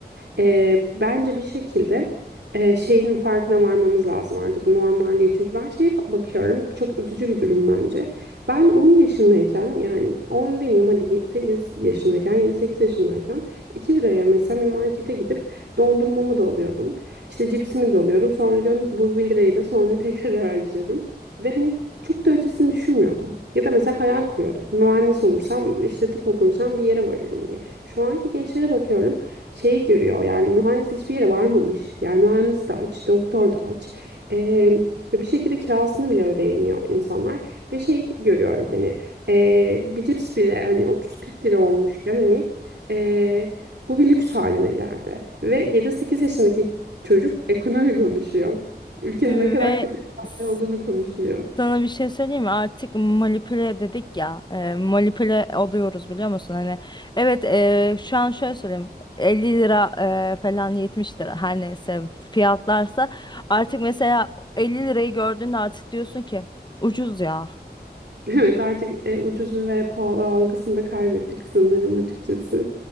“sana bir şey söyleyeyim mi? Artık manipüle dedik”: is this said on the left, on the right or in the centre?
Left